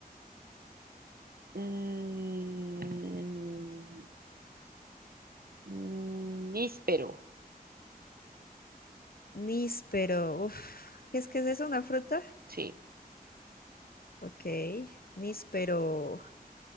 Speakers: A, on the right; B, on the left.
A: mm, mm, níspero,
B: níspero, uf, ¿qué es que es eso? ¿Una fruta?
A: sí,
B: Ok, níspero.